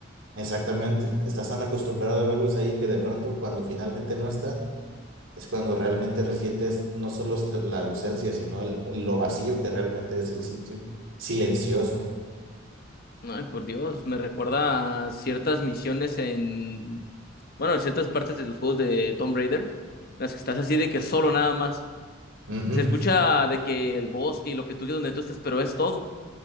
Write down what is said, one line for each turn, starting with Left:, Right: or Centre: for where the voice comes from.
Right: Exactamente, estás tan acostumbrado a verlos ahí que de pronto cuando finalmente no están, Es cuando realmente resientes no solo es la ausencia, sino el, lo vacío que realmente es el sitio. Silencioso.
Left: Ay, por Dios, me recuerda a ciertas misiones en, bueno, en ciertas partes de los juegos de Tomb Raider, en las que estás así de que solo nada más.
Right: Ujú,
Left: Se escucha de que el bosque y lo que tú, quieras donde tú estés, pero es todo.